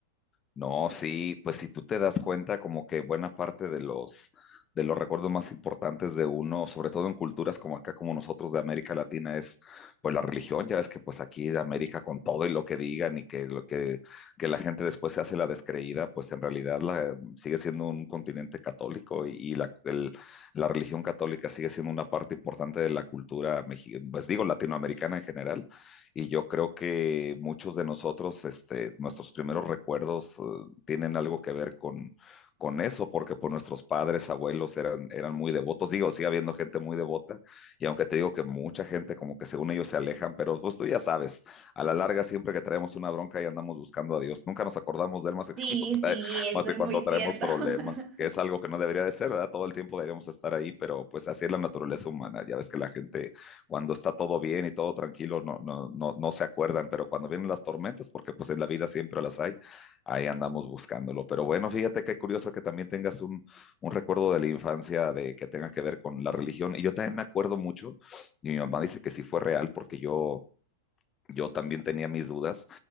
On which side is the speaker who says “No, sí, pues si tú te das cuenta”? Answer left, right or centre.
Left